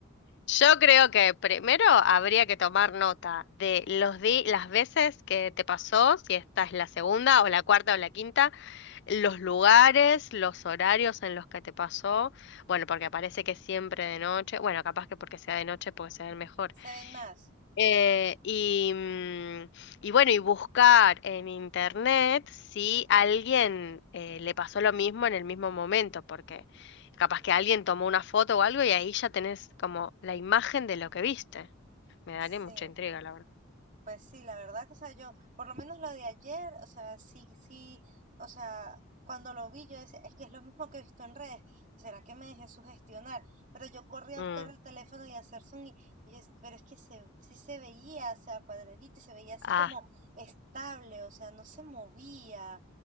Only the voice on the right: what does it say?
Se ven más.
Sí,
pues sí, la verdad que, o sea, yo, por lo menos lo de ayer, o sea, sí, sí, o sea, cuando lo vi yo decía, es que es lo mismo que he visto en redes, ¿será que me dejé sugestionar? Pero yo corrí a
buscar el teléfono y a hacer zoom y, y es- pero es que se, sí se veía, o sea, cuadradito y se veía así
como estable, o sea, no se movía.